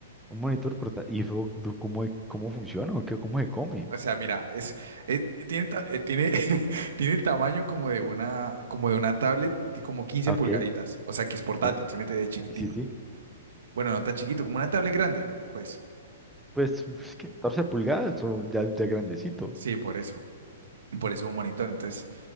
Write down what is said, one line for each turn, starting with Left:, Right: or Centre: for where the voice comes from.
Centre: un monitor portátil. ¿Y eso, do- cómo, e- cómo funciona o qué, cómo se come?
Right: O sea, mira, es, es- tiene, ta- eh, tiene, <laughs> tiene el tamaño como de una, como de una tablet, y como quince
Centre: Ah,
Right: pulgaditas.
Centre: Ok,
Right: O sea, que es portátil,
Centre: ok,
Right: se mete de chiquitico.
Centre: sí, sí. sí.
Right: Bueno, no tan chiquito, como una tablet grande, pues.
Centre: Pues uf, es que 14 pulgadas, o ya, ya grandecito.
Right: Sí, por eso. Por eso un monitor. Entonces,